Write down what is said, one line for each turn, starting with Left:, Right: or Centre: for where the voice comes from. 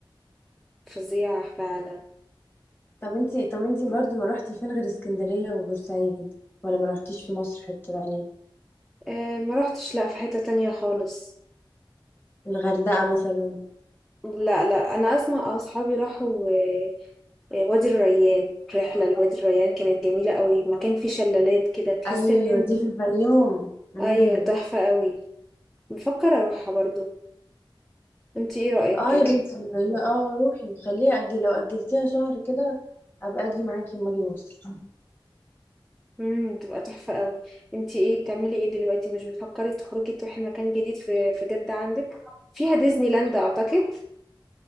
Centre: فظيعة فعلا
Left: طب انت طب انت برضو رحتي فين غير اسكندريه وبورسعيد ولا ما رحتيش في مصر حته تانية
Centre: آه ما رحتش لا في حتة تانية خالص
Left: الغردقه مثلا
Centre: لا لا انا اسمع آه، اصحابي راحوا آه، آه، وادي الريان رحله لوادي الريان كانت جميله قوي مكان فيه شلالات كده تحس
Left: ايوه
Centre: ان انت
Left: دي في الفيوم امم
Centre: ايوه تحفه قوي بفكر اروحها برضو انت ايه رايك
Left: اه
Centre: كده
Left: يا بنتي هي- اه روحي وخليها اجل لو اجلتيها شهر كده ابقى اجي معاكي اما اجي مصر
Centre: امم تبقى تحفه قوي انت ايه بتعملي ايه دلوقتي مش بتفكري تخرجي تروحي مكان جديد في في جده عندك فيها ديزني لاند اعتقد